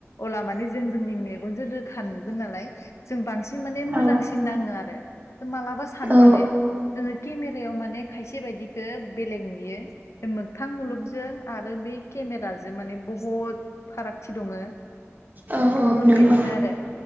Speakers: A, on the left; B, on the right.
A: अला माने जों जोंनि मेगनजों रोखा नुगोन नालाय जों बांसिन सिन माने
B: औ
A: मोजांसिन नाङो आरो। मालाबा सानो
B: औ
A: माने जोङो केमेरायाव माने खायसे बायदिखौ बेलेग नुयो मोगथां मुलुगजों आरो बे केमेराजों माने बहुद फारागथि दङो
B: औ औ
A: बेफोरबायदिनो
B: नंगौ
A: आरो।